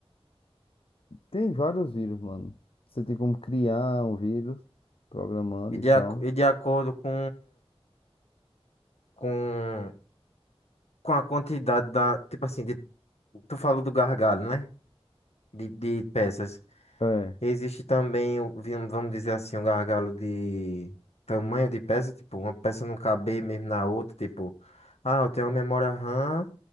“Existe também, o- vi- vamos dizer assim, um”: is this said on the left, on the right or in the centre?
Left